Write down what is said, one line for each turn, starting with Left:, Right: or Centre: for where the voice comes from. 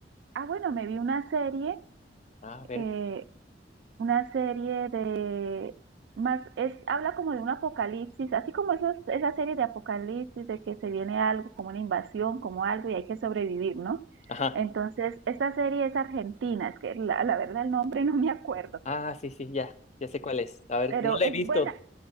Right: ah, bueno, me vi una serie,
Left: A ver,
Right: eh, una serie de más, es, habla como de un apocalipsis, así como esas, esa serie de apocalipsis, de que se viene algo, como una invasión, como algo, y hay que sobrevivir, ¿no?
Left: ajá.
Right: Entonces, esta serie es argentina, es que la, la verdad el nombre no me acuerdo
Left: Ah, sí, sí, ya, ya sé cuál es. A ver,
Right: pero
Left: no la
Right: es
Left: he visto.
Right: buena,